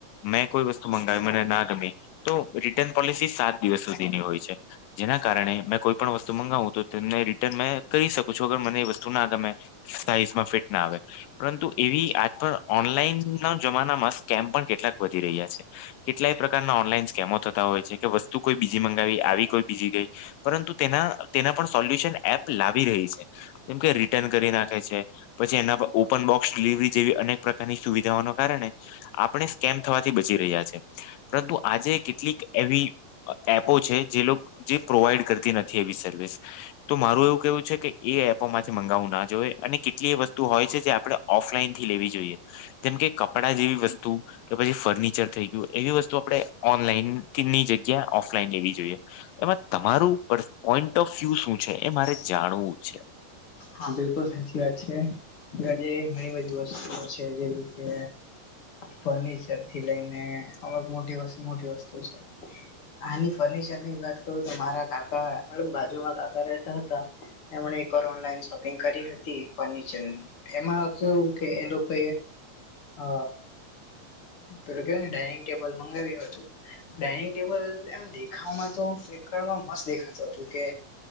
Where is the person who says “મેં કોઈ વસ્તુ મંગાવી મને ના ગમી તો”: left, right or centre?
Left